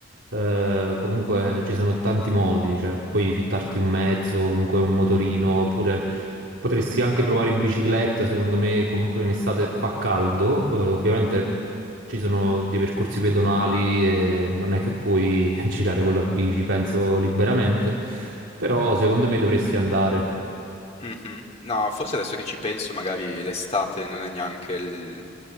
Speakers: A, on the right; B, on the left.
A: eh, comunque ci sono tanti modi, cioè puoi fittarti un mezzo, comunque un motorino, oppure potresti anche provare in bicicletta, secondo me comunque in estate fa caldo, eh, ovviamente ci sono dei percorsi pedonali e non è che puoi <laughs> girare con la bici, penso liberamente, però secondo me dovresti andare.
B: Mh-mh. No, forse adesso che ci penso magari l'estate non è neanche il